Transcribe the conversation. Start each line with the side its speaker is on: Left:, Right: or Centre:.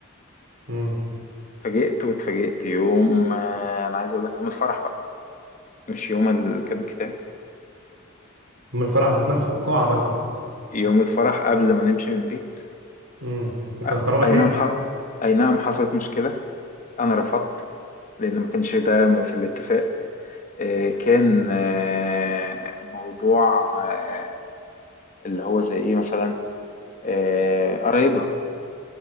Right: امم
Left: اتفاجئت واتفاجئت يوم آه، انا عايز اقول لك يوم الفرح بقى مش يوم ال- كاتب الكتاب
Right: من الفرح ذات نفسه في القاعة مثلا
Left: يوم الفرح قبل ما نمشي من البيت
Right: امم وكان
Left: أ-
Right: قرارك
Left: اي
Right: ايه
Left: نعم ح... اي نعم حصلت مشكلة انا رفضت لان ما كانش ده في الاتفاق آه، كان آه، موضوع آه، اللي هو زي ايه مثلا آه قرايبها